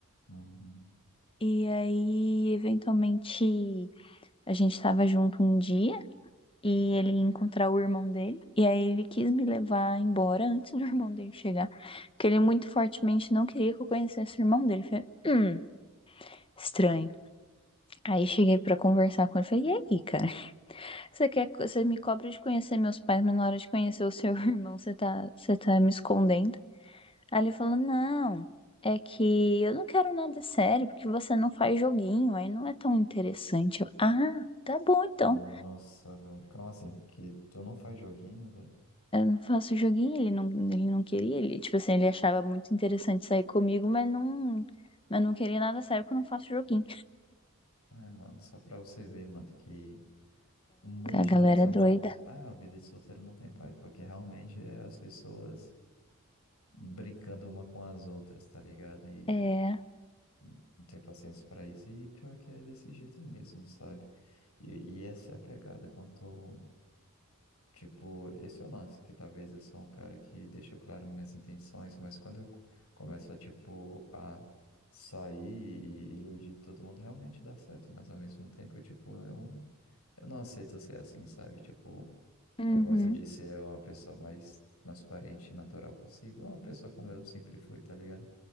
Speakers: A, on the left; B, on the left.
A: uhum.
B: E aí, eventualmente, a gente tava junto um dia e ele ia encontrar o irmão dele. E aí ele quis me levar embora antes do <laughs> irmão dele chegar. Porque ele muito fortemente não queria que eu conhecesse o irmão dele. Eu Falei, hum, estranho. Aí cheguei pra conversar com ele e falei, e aí, cara? Você quer, você me cobra de conhecer meus pais, mas na hora de conhecer o seu <laughs> irmão, você tá, você tá me escondendo. Aí ele falou: Não, é que eu não quero nada sério, porque você não faz joguinho, aí não é tão interessante. Eu, ah, tá bom então.
A: Nossa, velho. Como assim? Que tu não faz joguinho, velho?
B: Eu não faço joguinho, ele não, ele não queria, ele, tipo assim, ele achava muito interessante sair comigo, mas não, mas não queria nada sério porque eu não faço joguinho.
A: Ai, mano, só pra você ver, mano, que o mundo
B: A
A: de
B: galera
A: relacionamento.
B: é doida.
A: Ah, a vida de solteiro não tem paz, porque realmente é as pessoas brincando uma com as outras, tá ligado? E
B: É,
A: não tem paciência pra isso. E pior que é desse jeito mesmo, sabe? E, e essa é a pegada. Quanto Tipo, esse é o lance, que talvez eu sou um cara que deixa claro minhas intenções, mas quando eu começo a, tipo, a sair e iludir todo mundo, realmente dá certo, mas ao mesmo tempo, tipo, eu, eu não aceito ser assim, sabe? Tipo,
B: uhum,
A: eu gosto de ser uma pessoa mais transparente e natural possível, uma pessoa como eu sempre fui, tá ligado?